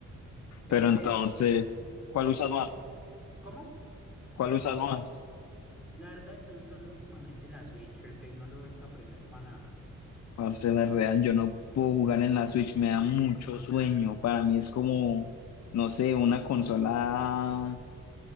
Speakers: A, in the centre; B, on the left (about 60°).
A: Pero
B: Pero
A: pues,
B: entonces, ¿cuál
A: ¿vos
B: usas más?
A: cómo?
B: ¿Cuál usas más?
A: La verdad estoy usando últimamente la Switch, el Play no lo he vuelto a aprender para nada.
B: Parce, la real, yo no puedo jugar en la Switch, me da mucho sueño. Para mí es como, no sé, una consola